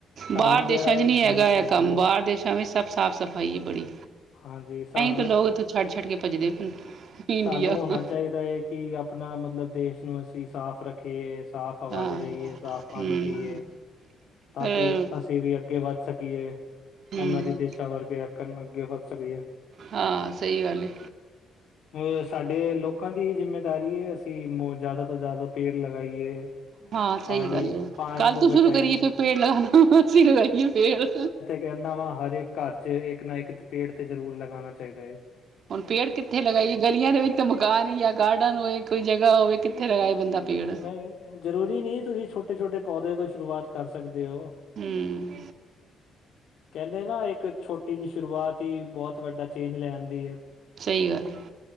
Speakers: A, on the left (about 70°); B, on the right (about 60°).
A: ਸਾਨੂੰ
B: ਬਾਰ ਦੇਸਾਂ
A: ਜਿਹੜਾ ਇਹ
B: 'ਚ ਨੀ
A: ਹੋਣਾ
B: ਹੈਗਾ
A: ਚਾਹੀਦਾ
B: ਏ ਕੰਮ
A: ਹੈ
B: ਬਾਰ ਦੇਸਾਂ ਵਿੱਚ ਸਭ ਸਾਫ਼ ਸਫ਼ਾਈ ਐ ਬੜੀ
A: ਹਾਂਜੀ ਸਾ
B: ਤੇ ਲੋਕ ਇੱਥੋਂ ਛੱਡ-ਛੱਡ ਕੇ ਭੱਜਦੇ ਪਏ। ਨੇ ਇੰਡੀਆ
A: ਸਾਨੂੰ ਹੋਣਾ ਚਾਈਦੈ ਏ ਕਿ ਆਪਣਾ ਮਤਲਬ ਦੇਸ਼ ਨੂੰ ਅਸੀਂ ਸਾਫ਼ ਰੱਖ ਖੀਏ ਸਾਫ਼ ਹਵਾ
B: ਹਾਂ
A: 'ਚ ਰਹੀਏ ਸਾਫ਼ ਪਾਣੀ
B: ਹਮ
A: ਪੀਏ ਤਾਂ
B: ਪਰ
A: ਕੀ ਅਸੀਂ ਵੀ ਅੱਗੇ ਵੱਧ ਸਕੀਏ
B: ਹਮ
A: ਓਨਾਂ ਦੀ ਦੇਸ਼ਾ ਵਰਗੇ ਅਕਣ ਅੱਗੇ ਵੱਧ ਸਕੀਏ।
B: ਹਾਂ ਸਈ ਗੱਲ ਏ।
A: ਅ ਸਾਡੇ ਲੋਕਾਂ ਦੀ ਹੀ ਜਿੰਮੇਦਾਰੀ ਏ ਅਸੀਂ ਜਾਦਾ ਤੋਂ ਜਾਦਾ ਪੇੜ ਲਗਾਈਏ।
B: ਹਾਂ
A: ਪਾਣੀ
B: ਸਈ ਗੱਲ ਆ
A: ਪਾਣੀ
B: ਕੱਲ
A: ਨੂੰ
B: ਤੋਂ
A: ਬਚਾਈਏ
B: ਸ਼ੁਰੂ ਕਰੀਏ ਫਿਰ ਪੇੜ ਲਾਗਾਣਾ ਅਸੀਂ ਲਗਾਈਏ ਪੇੜ
A: ਕੈਨਾ ਵਾ ਹਰ ਇੱਕ ਘਰ 'ਚ ਇੱਕ ਨਾ ਇੱਕ ਪੇੜ ਤੇ ਜ਼ਰੂਰ ਲਗਾਣਾ ਚਾਈਦਾ ਏ।
B: ਹੁਣ ਪੇੜ ਕਿੱਥੇ ਲਗਾਈਏ ਗਲੀਆਂ ਦੇ ਵਿੱਚ ਮਕਾਨ ਹੀ ਯਾਂ ਗਾਰਡਨ ਹੋਏ ਕੋਈ ਜਗ੍ਹਾ ਹੋਵੇ ਕਿੱਥੇ ਲਗਾਏ ਬੰਦਾ ਪੇੜ
A: ਨਈ ਜ਼ਰੂਰੀ ਨੀ ਤੁਸੀਂ ਛੋਟੇ-ਛੋਟੇ ਪੌਦੇ ਤੋਂ ਸ਼ੁਰੂਆਤ ਕਰ ਸਕਦੇ ਓ।
B: ਹਮ
A: ਕੈਂਦੇ ਨਾ ਇੱਕ ਛੋਟੀ ਜੀ ਸ਼ੁਰੂਆਤ ਈ ਬੋਤ ਵੱਡਾ ਚੇਂਜ ਲੈ ਆਂਦੀ ਐ।
B: ਸਈ ਗੱਲ ਏ।